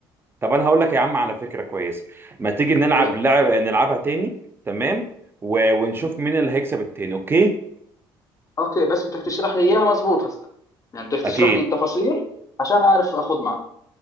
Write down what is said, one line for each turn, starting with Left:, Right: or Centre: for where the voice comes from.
Right: طب انا هقول لك يا عم على فكره كويسه ما تيجي نلعب
Left: يلا
Right: لعب نلعبها تاني تمام و... ونشوف
Left: م.
Right: مين اللي هيكسب التاني اوكي
Left: اوكي بس بدك تشرح لي اياها مزبوط هسه يعني بدك تشرح
Right: اكيد
Left: لي التفاصيل عشان اعرف اخذ معك